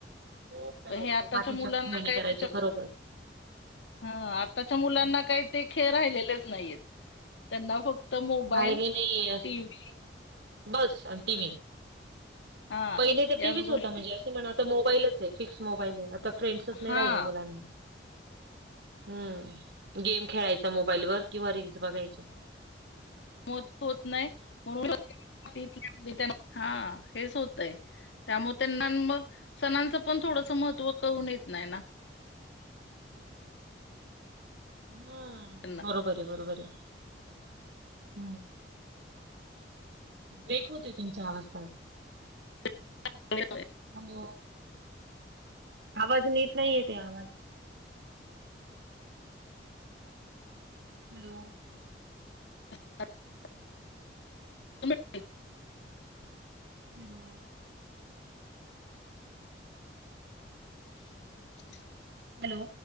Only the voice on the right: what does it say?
खूप करायचो
मातीच्या
खेळणी
करायचो
खरोखर.
हम्म.
राहिले नाहीये असे
बस आणि टी व्ही,
पहिले तर
टीव्हीच होता
म्हणजे असं म्हण आता मोबाईलच आहे फिक्स मोबाईल आहे आता फ्रेंड्सच नाही
राहिले मुलांना, हम्म गेम खेळायचा मोबाईल वर किंवा रीलस बघायचे. <inaudible>
हम्म.
अच्छा.
हम्म
बरोबर आहे बरोबर आहे हम्, बेक होतय तुमच्या अवाज ताई?
हॅलो आवाज निट नाही येते आवाज आहे आवाज? Hello
hello <unintelligible>
hello